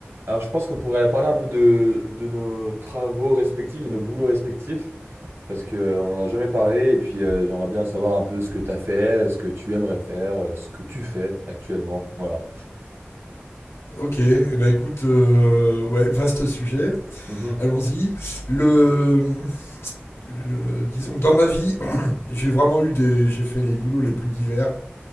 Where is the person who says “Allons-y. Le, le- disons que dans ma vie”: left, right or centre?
Left